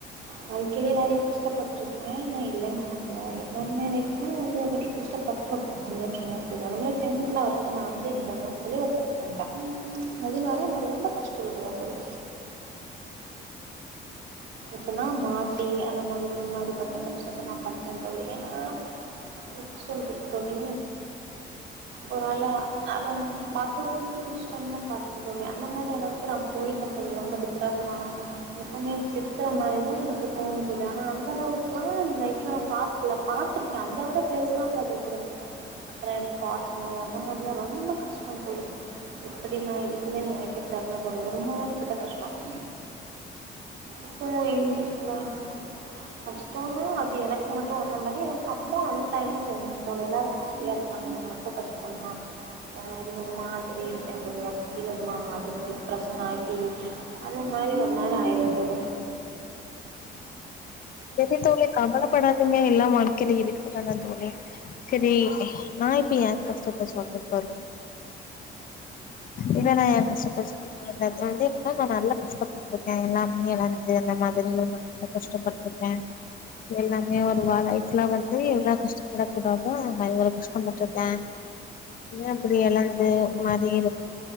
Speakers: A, on the right; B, on the left.
A: வாழ்க்கைலயே நறையா கஷ்டப்பட்ருக்கே நா இல்லன் சொல்ல எல்லாமே லைஃப்ல இவ்ளோ தூரி கஷ்டப்பட்ருப்போ இல்லைன் <inaudible> டென்த்துல அப்ப நா வந்து இங்க பாருங்க <unintelligible> அதனால நான் ரொம்ப கஷ்டப்படறேன் தோழி இப்பனா மாட்டி அந்த மாதிரி ஒரு மாதிரி பட்ட கஷ்டத்தை நான் பட்டேன் தோழி ஏன்னா எப்படி சொல்றது தோழி ஒரு வேல நான் பார்க்கக்கூடியது கஷ்டம் தான் பாக்ரேன் அந்த மாதிரி அளவுக்கு நான் போயிட்டேன் தோழி ரொம்ப டிப்ரஷன் ஆகும் எப்போ ச பத்துற மாதிரிதான் எனக்கு தோணும் தோழி ஆனா அந்த அளவுக்கு எல்லாம் லைஃப்ல நான் பார்க்கல பாார்த்திருக்கேன் அந்த விட பெருசுதான் பார்த்திருக்கேன் தோழி அப்புறம் எனக்கு பாஸ்ட் லவ் அந்த மாதிரிலாம் ரொம்ப கஷ்டம் தோழி எப்படி நான் இருந்தேன்னு எனக்கே தெரல தோழி ஒரு மாதிரி கஷ்டம் இப்போ எப்படிட சொல்லா கஷ்டம்ன்னா அது எனக்கு மட்டும் வந்த மாதிரி எனக்கு அப்பா அந்த டைம்ல தோணுச்சு அவன் எல்லோரும் ஹாப்பியாக இருப்பாங்க நம்ம மட்டும் கஷ்டமா இந்தந்த மாதிரி ஒரு மாதிரி இருப்பேன் தோழி அப்படி ஒரு மாதிரி டிப்ரெஷன் ஆக்கி அந்த மாதிரி ஒரு மாதிரி ஆயிடுவேன் தோழி
B: சேரிங்க தோழி கவலைப்படதிங்க எல்லாம் வாழ்க்கையில இருக்குதான் தோழி செரி நான் இப்போ என் கஷ்டத்தை சொல்றேன் தோழி இததான் வந்து என்ன நான் நல்லா கஷ்டப்பட்டிருக்கேன் எல்லாமே இழந்து அந்த மாதிரி கஷ்டப்பட்ருக்கேன் எல்லாமே ஒரு லைஃப்லாம் வந்து எவ்ளா கஷ்டப்படக்க கூடாதோ அந்த மாதிரி ஒரு கஷ்டப்பட்டுருக்கேன் அப்படி இழந்து மாதிரி